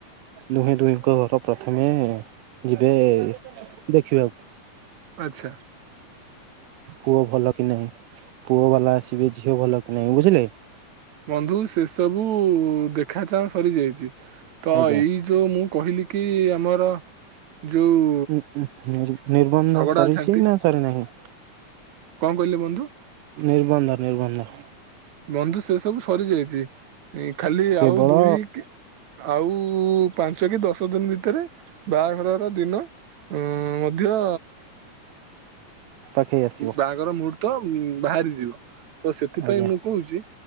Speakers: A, on the right (about 85°); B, on the right (about 65°).
A: ଦୁହେଁ ଦୁହିଙ୍କ ର <unintelligible> ପ୍ରଥମେ ଯିବେ ଦେଖିବାକୁ।
B: ଆଚ୍ଛା।
A: ପୁଅ ଭଲ କି ନାହିଁ ପୁଅ ବାଲା ଆସିବେ ଝିଅ ଭଲ କି ନାହିଁ ବୁଝିଲେ।
B: ବନ୍ଧୁ ସେ ସବୁ ଦେଖା ଚାଁ ସରି ଯାଇଛି। ତ
A: ଆଜ୍ଞା
B: ଏଇ ଯୋଉ ମୁଁ କହିଲି କି ଆମର ଯୋଉ
A: <unintelligible> ନି ନିର୍ବନ୍ଧ
B: ଝଗଡା
A: ସରିଛି
B: ଝାଣ୍ଟି
A: ନା ସରିନାହିଁ?
B: କଣ କହିଲେ ବନ୍ଧୁ?
A: ନିର୍ବନ୍ଧ ନିର୍ବନ୍ଧ।
B: ବନ୍ଧୁ ସେ ସବୁ ସରିଯାଇଛି ଖାଲି
A: କେବଳ
B: ଆଉ ଦୁଇ ଟି ଆଉ ପାଞ୍ଚ କି ଦଶ ଦିନ ଭିତରେ ବାହାଘରର ଦିନ ମ ମଧ୍ୟ ଉ
A: ପାଖେଇ ଆସିବ
B: ବାହାଘର ମୁର୍ ତ ବାହାରି ଯିବ ତ ସେଥିପାଇଁ
A: ଆଜ୍ଞା
B: ମୁଁ କହୁଛି